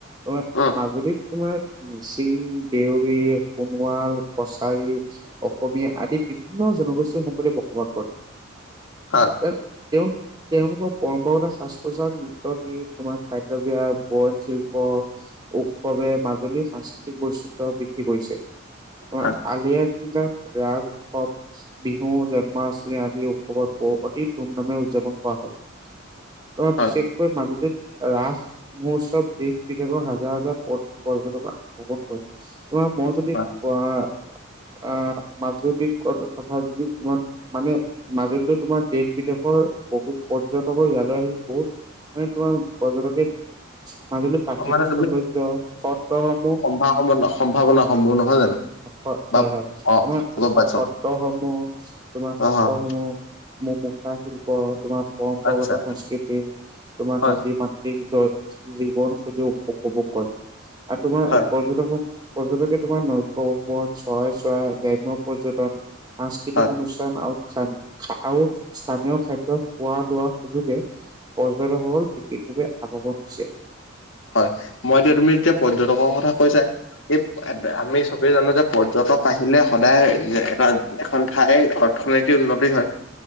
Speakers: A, on the right; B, on the left.
A: ঐ,
B: উম
A: মাজুলীত তোমাৰ মিচিং, দেউৰী সোণোৱাল, কছাৰী, অসমীয়া আদি বিভিন্ন জনগোষ্ঠীৰ সম্পদে বসবাস কৰে।
B: হয়।
A: <unintelligible> তেওঁ তেওঁলোকৰ পৰম্পৰাগত সাজ-পোছাক, নৃত্য-গীত, তোমাৰ খাদ্যবাস, বয়ন শিল্প উৎসৱে মাজুলীৰ সাংস্কৃতিক বৈচিত্ৰ বৃদ্ধি কৰিছে।
B: হয়
A: আলি-আলিংগা ৰাগ উৎসৱ বিহু, জন্মাষ্টমী আদি উৎসৱত বহ অতি ধুমধামে উদযাপন কৰা হয়। অ,
B: হয়
A: বিশেষকৈ মাজলীত ৰাস মহোৎসৱ দেশ-বিদেশৰ হাজাৰ-হাজাৰ পৰ্যটকক আকৰ্ষণ কৰে। তোমাৰ মই যদি
B: হয়।
A: আহ আহ, মাজুলী ক-কথা যদি তোমাক মানে মাজুলীলৈ তোমাৰ দেশ-বিদেশৰ বহুত পৰ্যটকৰ ইয়ালৈ আহি বহুত মানে তোমাৰ পৰ্যটকে মাজুলীৰ প্ৰাকৃতিক
B: অ মানে
A: সৌন্দৰ্য, সত্ৰসমূহ
B: সভা, সমন্বয়, সম্ভাৱনা, সম্পূৰ্ণ নহয় জানো?
A: হয়-হয়-হয়,
B: বা অ
A: তোমাৰ
B: গম
A: সত্ৰ
B: পাইছ
A: সমূহ, তোমাৰ
B: অ
A: সত্ৰ
B: হয়
A: সমূহ মুখ-মুখা শিল্প, তোমাৰ পৰম্পৰাগত
B: আচ্ছা
A: সংস্কৃতি, তোমাৰ
B: হয়
A: নদী মাত দীঘজয়, জীৱনশৈলী উপভোগ কৰে আৰু তোমাৰ
B: হয়
A: পৰ্যটকসমূহ-পৰ্যটকে তোমাৰ নৈক ভ্ৰৱন, চৰাই-চৰাই, গ্ৰাম্য পৰ্যটন, সাংস্কৃতিক
B: হয়
A: অনুষ্ঠান আৰু স্থানীয় খাদ্য খোৱা লোৱা সুযোগে পৰ্যটকসকল বিশেষভাৱে আগমন হৈছে।
B: হয়, মই এতিয়া তুমি যেতিয়া পৰ্যটকৰ কথা কৈছাই এই, আমি চবেই জানো যে পৰ্যটক আহিলে সদায় এটা, এখন ঠাই অৰ্থনীতি উন্নতি হয়।